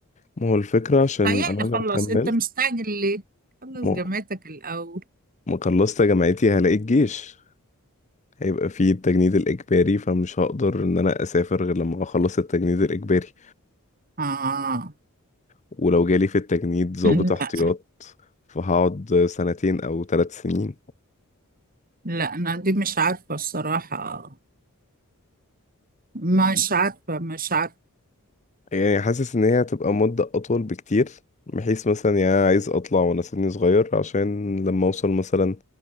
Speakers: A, on the left; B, on the right.
A: ما هو الفكرة عشان
B: يعني
A: انا لو
B: خلص
A: كملت
B: أنت مستعجل ليه؟ خلص
A: ما
B: جامعتك الأول
A: ما خلصت جامعتي هلاقي الجيش هيبقى فيه التجنيد الإجباري فمش هقدر إن أنا أسافر غير لما أخلص التجنيد الإجباري
B: آه
A: ولو جالي في التجنيد ضابط
B: لا
A: احتياط فهقعد سنتين أو ثلاث سنين
B: لا، أنا دي مش عارفة الصراحة مش عارفة مش عارفة
A: يعني حاسس ان هي هتبقى مدة اطول بكتير بحيث مثلا يعني أنا عايز اطلع وانا سني صغير عشان لما اوصل مثلا